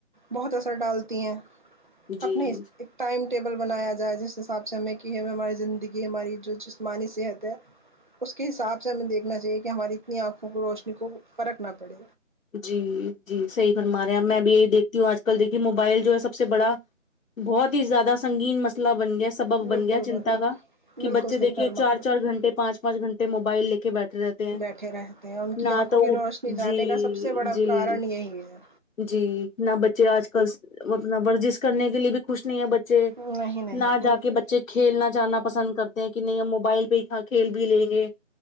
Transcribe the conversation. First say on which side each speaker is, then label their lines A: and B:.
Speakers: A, on the right; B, on the left.
A: بہت اثر ڈالتی ہیں
B: جی
A: اپنے اس ٹائم ٹیبل بنایا جائے جس حساب سے ہمیں کہ ہم ہماری زندگی ہماری جو جسمانی صحت ہے اس کے حساب سے ہمیں دیکھنا چاہیے کہ ہماری اتنی آنکھوں کی روشنی کو فرق نہ پڑے
B: جی جی صحیح فرما رہے ہیں میں بھی یہی دیکھتی ہوں آج کل دیکھیے موبائل جو ہے سب سے بڑا بہت ہی زیادہ سنگین مسئلہ بن گیا سبب
A: بالکل
B: بن گیا چنتا کا کہ
A: بالکل
B: بچے
A: صحیح
B: دیکھیے
A: فرما
B: چار
A: رہے
B: چار
A: ہیں
B: گھنٹے پانچ پانچ گھنٹے موبائل لے کے بیٹھے رہتے ہیں
A: بیٹھے رہتے ان کی
B: نہ
A: آنکھوں
B: تو
A: کی روشنی
B: اٹھ
A: جانے
B: جی
A: کا سب سے بڑا
B: جی
A: کارن یہی ہے
B: جی نہ بچے آج کل اپنا ورزش کرنے کے لیے بھی خوش نہیں ہے بچے
A: نہیں نہیں
B: نہ
A: بالکل
B: جا کے بچے کھیلنا جانا پسند کرتے ہیں کہ نہیں ہم موبائل پہ ہی کھیل بھی لیں گے